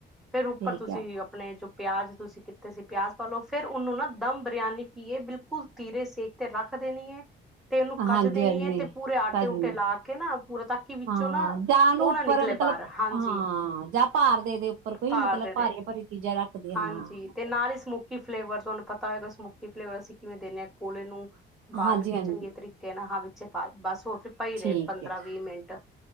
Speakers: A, in the centre; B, on the right (about 85°).
A: ਫੇਰ ਉੱਪਰ
B: ਠੀਕ
A: ਤੁਸੀਂ
B: ਆ।
A: ਆਪਣੇ ਜੋ ਪਿਆਜ ਤੁਸੀ ਤੁਸੀਂ ਪਿਆਜ਼ ਪਾ ਲੋ, ਫਿਰ ਉਹਨੂੰ ਨਾ ਦਮ ਬਰਿਆਨੀ ਕੀ ਏ, ਬਿਲਕੁਲ ਤੀਰੇ ਸੇਕ ਤੇ ਰੱਖ ਦੇਣੀ ਐ। ਤੇ ਉਹਨੂੰ ਕੱਜ
B: ਹਾਂਜੀ
A: ਦੇਣੀ
B: ਹਾਂਜੀ
A: ਐ, ਤੇ ਪੂਰੇ ਆਟੇ
B: ਭਾਜੀ
A: ਉਟੇ
B: ਨੇ
A: ਲਾ ਕੇ ਨਾ ਪੂਰਾ ਤਾਂਕਿ ਵਿੱਚੋਂ
B: ਹਾਂ
A: ਨਾ
B: ਜਾਂ ਉਹਨੂੰ
A: ਉਹ
B: ਉੱਪਰ
A: ਨਾ ਨਿਕਲੇ
B: ਮਤਲਬ
A: ਬਾਹਰ ਹਾਂਜੀ
B: ਹਾਂ, ਜਾਂ ਭਾਰ ਦੇਦੇ। ਉੱਪਰ ਕੋਈ
A: ਭਾਰ
B: ਮਤਲਬ
A: ਦੇ ਦੇ
B: ਭਾਰੀਆਂ- ਭਾਰੀਆਂ ਚੀਜ਼ਾਂ ਰੱਖਦੇ, ਹਾਂ।
A: ਹਾਂਜੀ ਤੇ ਨਾਲ ਹੀ ਸਮੋਕੀ ਫਲੇਵਰ ਤੁਹਾਨੂੰ ਪਤਾ ਹੋਏਗਾ ਸਮੋਕੀ ਫਲੇਵਰ, ਅਸੀਂ ਕਿਵੇਂ ਦੇਨੇ ਹਾਂ, ਕੋਲੇ ਨੂੰ ਬਾਲ
B: ਹਾਂਜੀ
A: ਕੇ
B: ਹਾਂਜੀ
A: ਚੰਗੇ ਤਰੀਕੇ ਕਹਿ ਨਾ ਹਾਂ ਵਿੱਚੇ ਪਾ, ਬਸ ਉਹ ਫਿਰ ਪਈ ਰਹੇ
B: ਠੀਕ
A: ਪੰਦਰਾਂ
B: ਹੈ
A: ਵੀਹ ਮਿੰਟ,